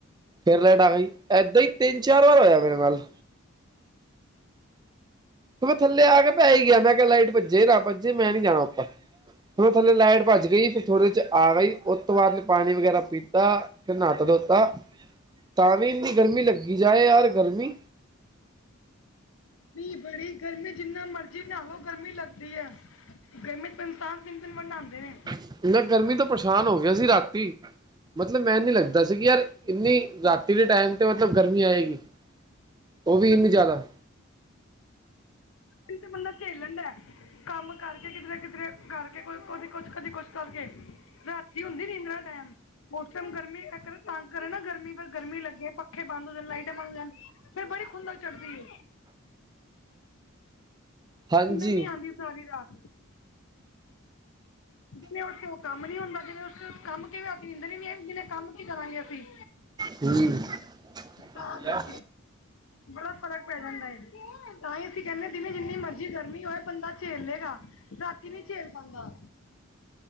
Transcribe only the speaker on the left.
ਨੀ, ਬੜੀ ਗਰਮੀ ਜਿੰਨਾ ਮਰਜ਼ੀ ਨਾਹਵੋ, ਗਰਮੀ ਲੱਗਦੀ ਹੈ। ਗਰਮੀ 'ਚ ਇਨਸਾਨ ਤਿੰਨ-ਤਿੰਨ ਵਾਰ ਨਾਉਂਦੇ ਨੇ।
ਦਿਨ ਬੰਦਾ ਝੇਲਦਾ, ਕੰਮ ਕਰਕੇ ਕਿੱਧਰੇ-ਕਿੱਧਰੇ ਕਰਕੇ ਕੋਈ ਕੁਝ ਕਦੀ, ਕੁਝ ਕਰਕੇ ਰਾਤੀ ਹੁੰਦੀ ਨਿੰਦਰਾ ਟਾਈਮ! ਉਸ ਟਾਈਮ ਗਰਮੀ ਤਂਗ ਕਰੇ ਨਾ ਗਰਮੀ ਪਰ ਗਰਮੀ ਲੱਗੇ ਪ ਪੱਖੇ ਬੰਦ ਹੋ ਜਾਣ, ਲਾਈਟਾਂ ਬੰਦ ਹੋ ਜਾਣ ਫਿਰ ਬੜੀ ਖੁੰਦਕ ਚੜਦੀ ਏ।
ਨੀਂਦਰ ਨੀ ਆਉਂਦੀ ਸਾਰੀ ਰਾਤ। ਦਿਨੇ ਉੱਠ ਕੇ ਉਹ ਕੰਮ ਨੀ ਹੁੰਦਾ, ਦਿਨੇ ਉੱਠ ਕੰਮ ਕਿਵੇਂ ਅਸੀਂ ਨੀਦਰ ਨੀ ਆਈ ਉਹ ਕੰਮ ਕਿਵੇਂ ਕਰਾਂਗੇ ਅਸੀਂ?
ਤਾਂ ਕਰਕੇ ਬੜਾ ਫਰਕ ਪੈ ਜਾਂਦਾ ਹੈ ਤਾਂ ਹੀ ਅਸੀਂ ਕਹਿੰਦੇ ਹਾਂ ਦਿਨੇ ਜਿੰਨੀ ਮਰਜ਼ੀ ਗਰਮੀ ਹੋਏ ਬੰਦਾ। ਝੇਲ ਲੇਗਾ ਰਾਤੀ ਨੀ ਝੇਲ ਪਾਂਦਾ।